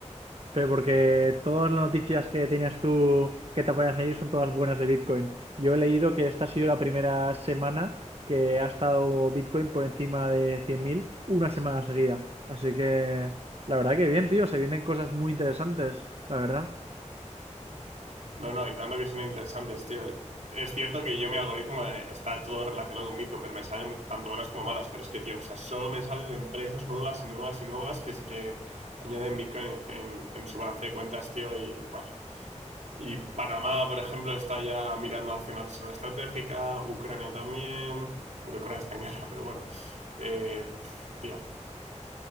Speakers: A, on the right; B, on the right.
A: Pero porque todas las noticias que tienes tú que te aparecen ahí son todas buenas de Bitcoin. Yo he leído que esta ha sido la primera semana que ha estado Bitcoin por encima de 100.000 una semana seguida. Así que la verdad que bien, tío, se vienen cosas muy interesantes, la verdad.
B: No, no, y tanto que son interesantes, tío. Es cierto que yo mi algoritmo eh, está todo relacionado con Bitcoin, pero me salen tanto buenas como malas. Pero es que, tío, o sea, solo me salen empresas nuevas y nuevas y nuevas que, es que añaden Bitcoin en, en su balance de cuentas, tío. Y bueno, y Panamá, por ejemplo, está ya mirando hacia una reserva estratégica, Ucrania también, aunque Ucrania está en guerra, pero bueno. Eh, pf, tío,